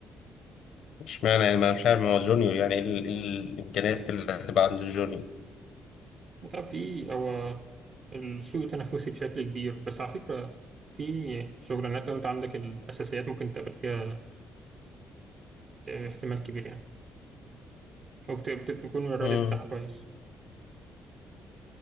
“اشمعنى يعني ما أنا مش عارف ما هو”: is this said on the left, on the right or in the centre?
Left